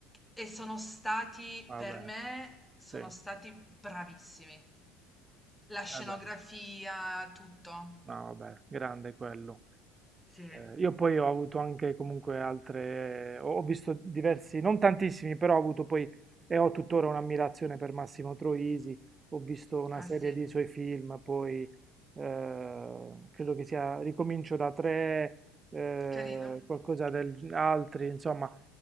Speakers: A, in the centre; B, on the right (about 20°).
A: E sono stati,
B: Vabbè,
A: per me, sono
B: sì.
A: stati bravissimi. La scenografia,
B: Vabbè,
A: tutto.
B: no, vabbè, grande quello.
A: Sì,
B: Eh, io poi ho avuto anche comunque altre, ho ho visto diversi, non tantissimi, però ho avuto poi e ho tuttora un'ammirazione per Massimo Troisi, ho visto una
A: ah
B: serie
A: sì,
B: di suoi film, poi eh, credo che sia Ricomincio da tre, eh,
A: carino.
B: qualcosa del altri, insomma,